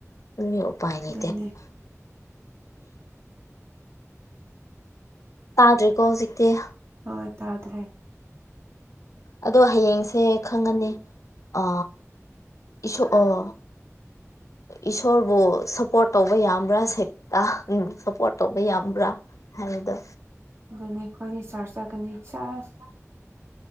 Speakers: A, on the left; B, on the right.
A: ꯑꯗꯨꯒꯤꯥꯏꯅꯤꯇ
B: ꯑꯗꯨꯅꯦ
A: ꯇꯥꯗ꯭ꯔꯦꯀꯣ ꯍꯧꯖꯤꯛꯇꯤ
B: ꯍꯣꯏ ꯇꯗ꯭ꯔꯦ
A: ꯑꯗꯣ ꯍꯌꯦꯡꯁꯦ ꯈꯪꯉꯅꯤ ꯑ ꯏꯁꯣꯛ ꯑꯣ ꯏꯁꯣꯔꯕꯨ ꯁꯞꯄꯣꯔꯠ ꯇꯧꯕ ꯌꯥꯝꯕ꯭ꯔꯥ ꯁꯦꯛꯇ ꯁꯞꯄꯣꯔꯠ ꯇꯧꯕ ꯌꯥꯝꯕ꯭ꯔꯥ ꯍꯗꯣ
B: ꯑꯗꯨꯅꯤ ꯑꯩꯈꯣꯏꯅꯤ ꯆꯥꯔꯠ ꯆꯠꯀꯅꯤ ꯆꯁ